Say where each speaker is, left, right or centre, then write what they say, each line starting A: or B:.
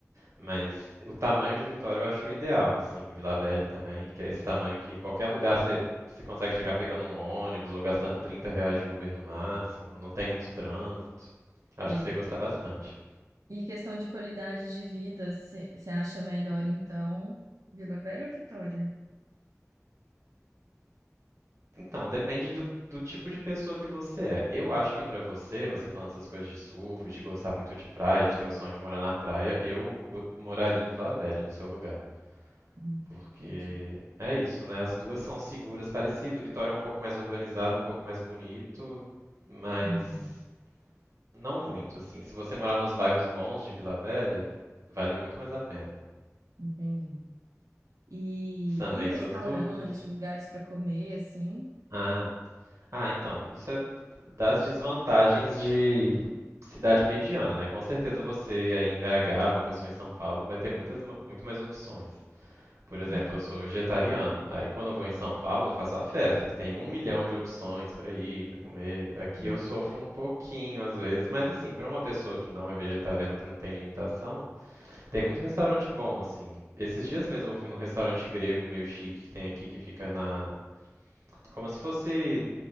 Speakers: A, on the right; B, on the right.
A: Mas o tamanho de Vitória eu acho ideal, assim, em Vila Velha também, que é esse tamanho que qualquer lugar você, você consegue chegar pegando um ônibus ou gastando 30 reais de Uber no máximo, não tem muito trânsito. Acho
B: Sei.
A: que você ia gostar bastante.
B: E questão de qualidade de vida, você acha melhor, então, Vila Velha ou Vitória?
A: Então, depende do, do tipo de pessoa que você é. Eu acho que pra você, você falando essas coisas de surf, de gostar muito de praia, de ter o sonho de morar na praia, eu go- moraria em Vila Velha, no seu lugar.
B: Hum,
A: Porque
B: Entendi.
A: é isso, né? As duas são seguras, parecido. Vitória é um pouco mais organizado, um pouco mais bonito, mas
B: Uhum,
A: não muito, assim. Se você morar nos bairros bons de Vila Velha, vale muito mais a pena.
B: entendi. E,
A: Sanei
B: e restaurante,
A: suas dúvidas.
B: lugares para comer, assim?
A: Ah, Ah, então, isso é das desvantagens de cidade mediana, né? Com certeza você aí em BH, uma pessoa em São Paulo, vai ter muitas, ma- muito mais opções. Por exemplo,
B: Sim,
A: eu sou vegetariano. Aí quando eu vou em São Paulo, eu faço a festa, que tem um milhão de opções para ir, para comer. Aqui
B: sim.
A: eu sofro um pouquinho às vezes, mas assim, para uma pessoa que não é vegetariana, que não tem limitação, tem muito restaurante bom, assim. Esses dias mesmo eu fui num restaurante grego meio chique que tem aqui, que fica na. Como se fosse